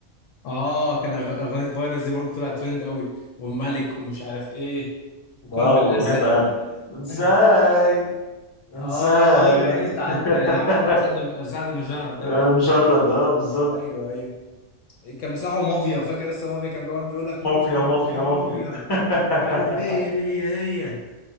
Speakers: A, on the left; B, on the left.
A: اه كان أغ- اغنيه فيروس دي برضه طلعت ترند قوي والملك ومش عارف ايه وقلب
B: اه والأغنية
A: الاسد
B: بتاعت انساي
A: <laughs>
B: انساي
A: اه ايوه ايوه بتاعت
B: <laughs>
A: اللي عملها مع سعد سعد المجرد ده
B: آه،
A: ولا مش عارف
B: مشرد
A: اسمه إيه.
B: اه بالظبط
A: ايوه ايوه كان بتاعه مافيا فاكر لسه مافيا كان بيقعد يقول لك مافيا
B: مافيا مافيا
A: مافيا
B: مافيا
A: مافيا
B: <laughs>
A: مش عارف ايه هي هي هي